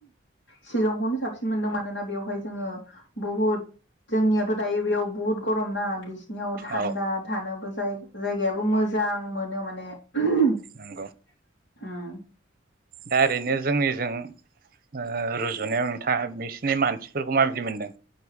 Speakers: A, on the left (about 65°); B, on the right (about 50°).
A: शिलंखौनो साबसिन मोनदों मानोना बेवहाय जोङो बुहुद जोंनियाथ' दायो बेयाव बुहुत ग'रम ना बिसिनियाव थान्दा
B: औ
A: थानोबो जाय जायगायाबो मोजां मोनो माने उम
B: नंगौ दा ओरैनो जोंनिजों ओ ओ रुजुनायाव नोंथाङा बिसिनि मानसि फोरखौ माबायदि मोनदों